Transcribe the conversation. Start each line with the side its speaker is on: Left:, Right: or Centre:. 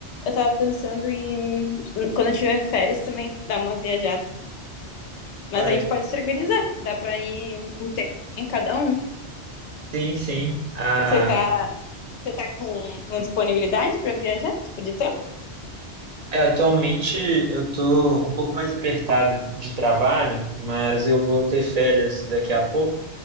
Left: eu tava pensando em, quando eu tiver férias também, dar uma viajada. Mas
Right: Uai,
Left: a gente pode se organizar, dá pra ir um tempo em cada um.
Right: sim, sim. Ah,
Left: Você tá, você tá com, com disponibilidade pra viajar, tipo, de tempo?
Right: É, atualmente eu tô um pouco mais apertado de trabalho, mas eu vou ter férias daqui a pouco